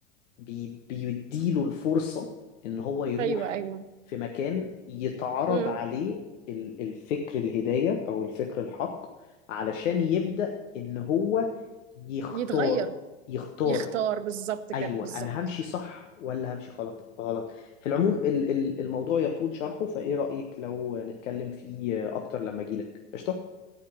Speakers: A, on the left (about 80°); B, on the right (about 80°).
A: بي بيديله الفرصه ان هو يروح
B: ايوه ايوه
A: في مكان يتعرض
B: امم
A: عليه ال- الفكر الهدايه او الفكر الحق علشان يبدا ان هو يختار
B: يتغير
A: يختار
B: يختار بالظبط كده
A: ايوه
B: بالظبط
A: انا همشي صح ولا همشي غلط غلط في العموم ال- ال- الموضوع يطول شرحه فايه رأيك لو نتكلم فيه اكتر لما اجيلك قشطة